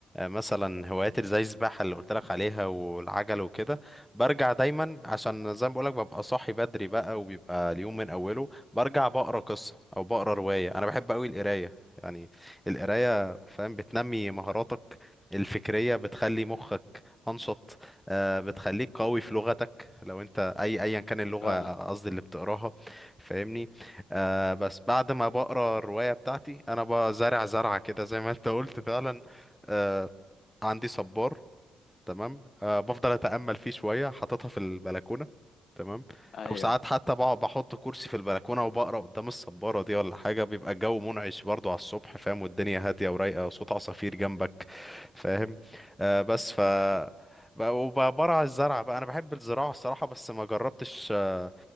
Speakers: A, in the centre; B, on the left (about 55°).
A: مثلا هوايات اللي زي السباحة اللي قلت لك عليها والعجل وكده برجع دايما عشان زي ما بقولك ببقى صاحي بدري بقى وبيبقى اليوم من أوله برجع بقرا قصة أو بقرا رواية أنا بحب أوي القراية يعني القراية فاهم بتنمي مهاراتك الفكرية بتخلي مخك أنشط آه، بتخليك قوي في لغتك لو أنت أي أيا كان اللغة
B: فعلا
A: قصدي اللي بتقراها فاهمني آه، بس بعد ما بقرا الرواية بتاعتي أنا بزرع زرعة كده زي ما أنت قلت فعلا آه، عندي صبار تمام أه بفضل اتامل فيه شويه حاططها في البلكونه تمام
B: ايوه
A: او ساعات حتى بقعد بحط كرسي في البلكونه وبقرا قدام الصباره دي ولا حاجه بيبقى الجو منعش برضو على الصبح فاهم والدنيا هاديه ورايقه وصوت عصافير جنبك فاهم أه بس ف
B: أيوة
A: ب- وبرع الزرع بقى انا بحب الزراعه الصراحه بس ما جربتش أه،